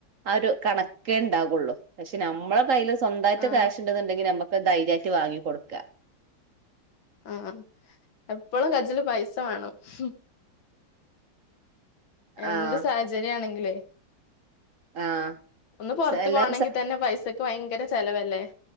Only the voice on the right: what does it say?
ആഹ് ഒരു കണക്കേ ഇണ്ടാകൊള്ളൂ പക്ഷ നമ്മടെ കയ്യില് സ്വന്തായ്ട്ട്
കാഷ്ണ്ട്ന്ന്ണ്ടെങ്കി ഞമക്ക് ധൈര്യായിട്ട് വാങ്ങി കൊടുക്ക
ആഹ്
ആഹ്
എല്ലാ